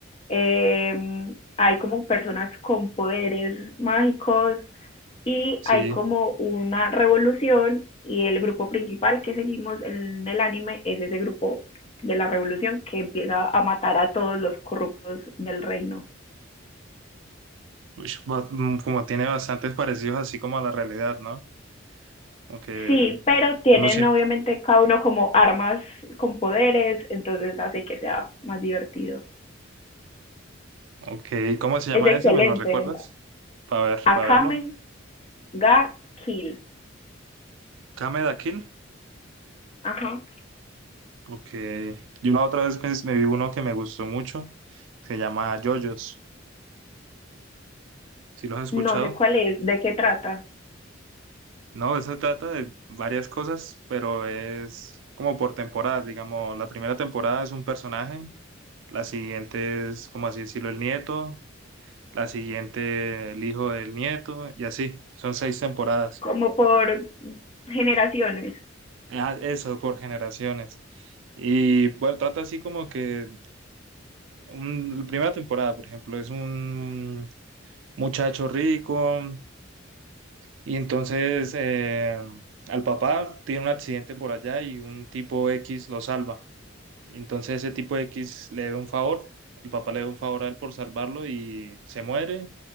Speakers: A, on the left (about 30°); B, on the right (about 70°).
A: eh, hay como personas con poderes mágicos y
B: sí.
A: hay como una revolución y el grupo principal que seguimos en el anime es ese grupo de la revolución que empieza a matar a todos los corruptos del reino.
B: Ush, va- mm, como tiene bastantes parecidos así como a la realidad, ¿no? Aunque
A: Sí, pero tienen
B: uno siempre...
A: obviamente cada uno como armas con poderes, entonces hace que sea más divertido.
B: Ok, ¿cómo se llama
A: Es excelente.
B: ese? ¿Me lo recuerdas? Para ver,
A: Akame
B: para verlo.
A: ga Kill.
B: Kameda Kill.
A: Ajá.
B: Ok. Yo la otra vez me, me vi uno que me gustó mucho. Se llama JoJo's. ¿Sí lo has escuchado?
A: No sé cuál es, de qué trata.
B: No, eso trata de varias cosas, pero es como por temporadas, digamos, la primera temporada es un personaje, la siguiente es, como así decirlo, el nieto, la siguiente el hijo del nieto, y así, son seis temporadas.
A: Como por generaciones
B: Ah, Eso, por generaciones. Y bueno, trata así como que un, la primera temporada, por ejemplo, es un muchacho rico y entonces eh, al papá tiene un accidente por allá y un tipo X lo salva. Y entonces ese tipo de X le debe un favor, el papá le debe un favor a él por salvarlo y se muere,